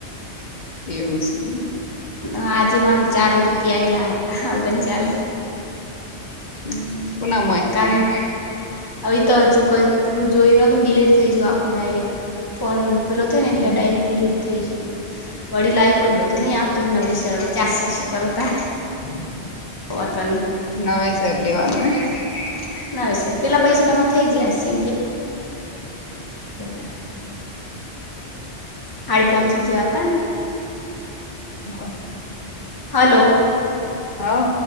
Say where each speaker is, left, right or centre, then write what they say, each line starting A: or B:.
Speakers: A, on the left; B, on the left.
A: એવુ સે
B: આજે મા તો ચાલી રૂપિયા એલાતા ઓગન ચાલી
A: હમ્મ <unintelligible>
B: કલે આવી તો હજુ કોઈ પૂરું જોયું નતુંને ડિલેટ થઈ જાઉ આખું ડાયરેક્ટ ફોન પેલો થયો ને એટલે આ
A: એવું
B: ડાયરેક્ટ ડીલીટ થઈ જયું વડી લાઈવ પણ બંધ તું નહી આવતું નવી સરળ ચાલશે શું કરતા
A: <inaudible>
B: <unintelligible>
A: નવેસર લેવાનું
B: નવેસર પેલા પૈસા તમા થઇ જયાશે <unintelligible> હાડી પોંસો જ હતાને
A: હા.
B: હલો
A: હા